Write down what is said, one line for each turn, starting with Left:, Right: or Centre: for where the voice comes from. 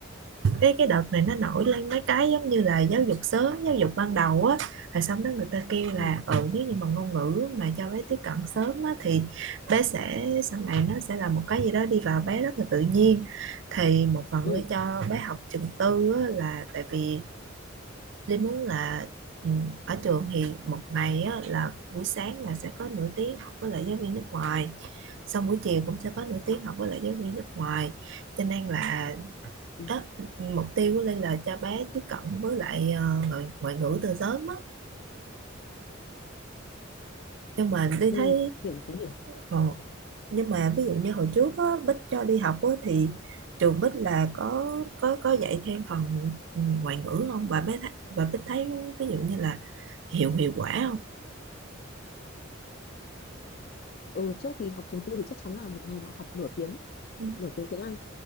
Right: cái cái đợt này nó nổi lên mấy cái giống như là giáo dục sớm giáo dục ban đầu á rồi xong đó người ta kêu là
Left: ừ
Right: ừ nếu như mà ngôn ngữ mà cho bé tiếp cận sớm á thì bé sẽ sau này nó sẽ là một cái gì đó đi vào bé rất là tự nhiên thì một phần
Left: ừ
Right: lý cho bé học trường tư á, là tại vì Lý muốn là ừ, ở trường thì một ngày á, là buổi sáng là sẽ có nửa tiếng học với lại giáo viên nước ngoài xong buổi chiều cũng sẽ có nửa tiếng học với lại giáo viên nước ngoài cho nên là
Left: ừ,
Right: đó mục tiêu của Linh là cho bé tiếp cận với lại ờ, ngoại, ngoại ngữ từ sớm á nhưng mà đi
Left: ừ.
Right: thấy
Left: hiểu tớ hiểu
Right: ờ, nhưng mà ví dụ như hồi trước á, Bích cho đi học á, thì trường Bích là có có có dạy thêm phần ừ, ngoại ngữ không và bé thấy, và Bích thấy ví dụ như là hiệu hiệu quả không
Left: ừ trước thì học trường tư thì chắc chắn là một ngày nó học nửa tiếng
Right: ừ,
Left: nửa tiếng tiếng Anh